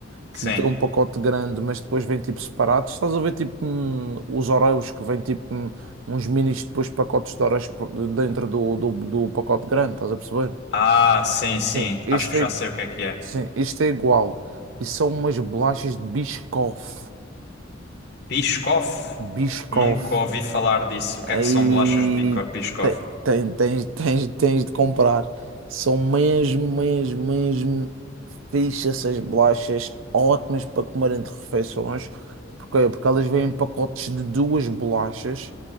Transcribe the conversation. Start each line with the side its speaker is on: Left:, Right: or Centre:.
Right: que
Left: sim.
Right: lhe tem um pacote grande, mas depois vem tipo separados. Estás a ver tipo hum, os Oreos que vêm tipo hum, uns minis depois pacotes de Oreos por- dentro do, do, do pacote grande, estás a perceber?
Left: Ah, sim, sim,
Right: Sim. Este
Left: acho que já
Right: é,
Left: sei o que é que é.
Right: sim, este é igual. E são umas bolachas de Biscoff.
Left: Biscoff?
Right: Biscoff.
Left: Nunca ouvi falar disso. O que
Right: Aí
Left: é que são bolachas bico- Biscoff?
Right: te- tem- tens, tens, tens de comprar. São mesmo, mesmo, mesmo fixe essas bolachas, ótimas para comer entre refeições, porque, porque elas vêm em pacotes de duas bolachas,